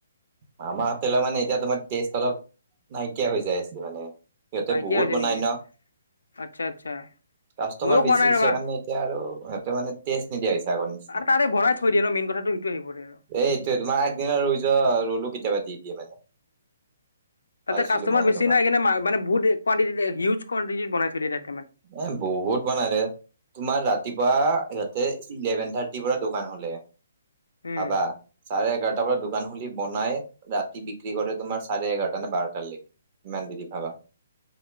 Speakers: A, on the right; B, on the left.
A: মামা হোটেল মানে এতিয়া তোমাৰ টেষ্ট অলপ, নাইকিয়া হৈ যাই আছে মানে। সিহঁতে
B: নাইকিয়া
A: বহুত
B: হৈছে
A: বনাই
B: নেকি
A: ন'?
B: আচ্ছা আচ্ছা
A: কাষ্টমাৰ
B: ময়ো
A: বেছি
B: খোৱা নাই
A: হৈছে
B: ৰ'বা
A: কাৰণে এতিয়া আৰু সিহঁতে মানে টেষ্ট নিদিয়া হৈছে। আগৰ নিচিনা,
B: আৰু তাৰে বনাই থৈ দিয়ে ন মেইন কথাটো সেইটো আহি পৰে আৰু।
A: এইটোৱে তোমাৰ আগদিনা ৰুই যোৱা ৰুলো কেতিয়াবা দি দিয়ে মানে।
B: তাতে
A: পাইছিলো
B: কাষ্টমাৰ
A: মই সেনেকুৱা
B: বেছি নাই কিনে মা মানে বহুত কোৱান্টিটি হিউজ কোৱান্টিটিত বনাই থৈ দিয়ে তাত।
A: এ বহুত বনাই দে, তোমাৰ ৰাতিপুৱা সিহঁতে ইলেভেন থাৰ্ট <unintelligible> দোকান খুলে,
B: উম
A: ভাবা চাৰে এঘাৰটাৰ পৰা দো দোকান খুলি বনাই ৰাতি বিক্ৰী কৰে তোমাৰ চাৰে এঘাৰটা নে বাৰটাৰ লৈকে কিমান দেৰি ভাবা। <inaudible>